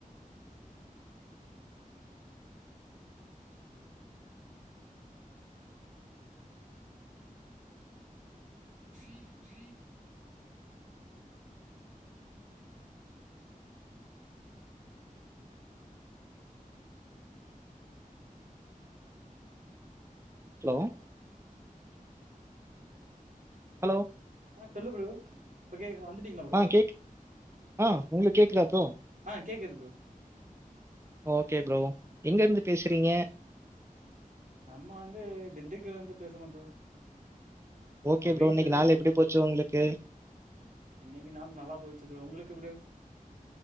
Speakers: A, on the right (about 60°); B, on the right (about 20°).
A: ஸ்ீ ஸ்ீ
B: ஹலோ
A: ஆ
B: ஹலோ
A: ஆ சொல்லு ப்ரோ இப்போ கே வந்துட்டீங்களா ப்ரோ
B: ஆ கேக் ஆ உங்களுக் கேக்குதா ப்ரோ
A: ஆ கேக்கது ப்ரோ
B: ஓகே ப்ரோ எங்க இருந்து பேசுறீங்க
A: நம்ம வந்து திண்டுக்கல இருந்து பேசுறோ ப்ரோ
B: ஓகே
A: இப்போ
B: ப்ரோ
A: வீட்லேருந்து
B: இன்னைக்கு நாள்
A: தான்
B: எப்டி
A: ப்ரோ
B: போச்சு உங்ளுக்கு
A: இன்னைக்கு நாுள் நல்லா போயிச்சு ப்ரோ உங்களுக்கு ப்ரோ